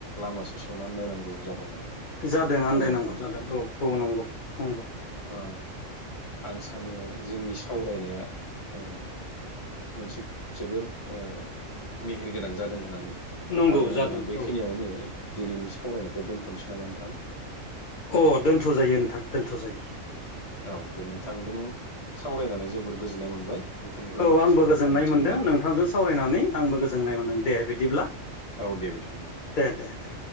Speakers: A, on the left; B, on the left.
A: लामा ससेयावनो आन्दायनांगौ जादों आरो
B: जादों
A: ना
B: आन्दायनांगौ
A: होमबा नोंथां
B: जादों औ औ नंगौ नंगौ
A: ओ आं सानो जोंनि सावरायनाया ओ मोनसे जोबोर ओ मेहेर गोनां जादों होननानै
B: नंगौ
A: आङो
B: जादों
A: बेखिनियावनो
B: औ
A: दिनैनि सावरायनायखौ दोनथ'नोसै नामा नोंथां
B: अ दोन्थ' जायो नोंथां दोनथ' जायो
A: औ दे नोंथांजों सावरायनानै जोबोर गोजोननाय मोनबाय नोंथांनिफ्राय
B: औ
A: माखासे
B: आंबो गोजोननाय
A: बाथ्रा मिथिनो
B: मोनदों
A: मोनबाय
B: नोंथांजों सावरायनानै आंबो गोजोननाय मोनदों दे बिदिब्ला
A: औ दे बिदिब्ला
B: दे दे दे